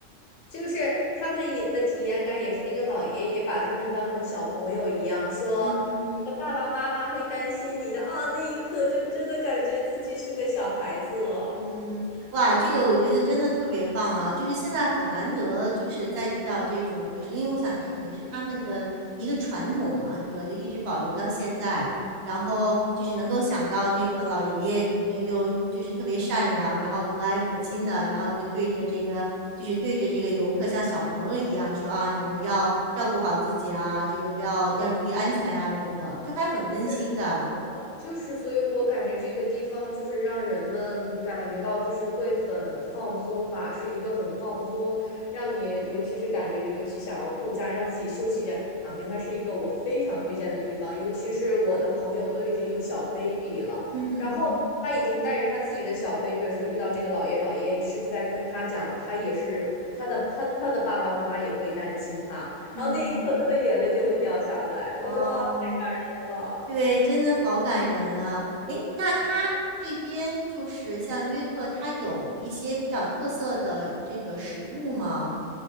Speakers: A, on the left; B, on the right.
A: 就是他们也的体验感也是那个老爷爷把他们当成小朋友一样，说你的爸爸妈妈会担心你的啊，
B: 嗯嗯嗯
A: 那一刻就真的感觉自己是个小孩子了。
B: 嗯，哇，这个我觉得真的特别棒啊！就是现在很难得，就是在遇到这种，就是因为我想这可能是他们的一个传统嘛，对吧？就一直保留到现在，然后就是能够想到那个老爷爷肯定又就是特别善良，然后和蔼可亲的，然后就对着这个就是对着这个游客像小朋友一样说啊，你们要照顾好自己啊，这个不要要注意安全啊，等等，就还很温馨的。
A: 是没错，就是，所以我感觉这个地方就是让人们感觉到就是会很放松吧，是一个很放松，让你尤其是感觉尤其想要度假，让自己休息两两天，它是一个我非常推荐的地方，尤其是我的朋友都已经有小 baby 了，
B: 嗯嗯嗯。
A: 然后他已经带着他自己的小 baby 的时候，遇到这个老爷，老爷爷是在跟他讲，他也是他的他他的爸爸妈妈也会担心他，
B: 嗯嗯，
A: 然后那一刻他的眼泪就会掉下来，
B: 哦，
A: 我说啊，太感人了。
B: 对，真的好感人啊！诶，那他这边就是像约克，他有一些比较特色的这个食物吗？